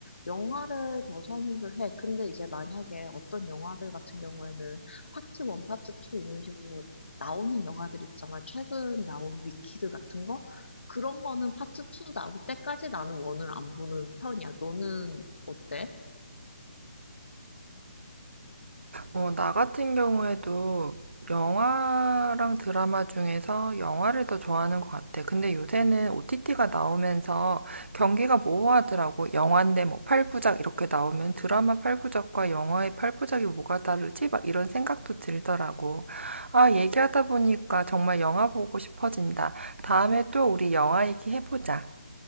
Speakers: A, on the left (about 80°); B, on the right (about 85°).
A: 영화를 더 선호를 해. 근데 이제 만약에 어떤 영화들 같은 경우에는 파트 원 파트 투 이런 식으로 나오는 영화들 있잖아. 최근 나온 위키드 같은 거? 그런 거는 파트 2 나올 때까지 나는 원을 안 보는 편이야. 너는 어때?
B: 어, 나 같은 경우에도 영화랑 드라마 중에서 영화를 더 좋아하는 것 같아. 근데 요새는 OTT가 나오면서 경기가 모호하더라고. 영화인데 뭐 팔부작 이렇게 나오면 드라마 팔부작과 영화의 팔부작이 뭐가 다르지? 막 이런 생각도 들더라고. 아, 얘기하다 보니까 정말 영화 보고 싶어진다. 다음에 또 우리 영화 얘기해보자.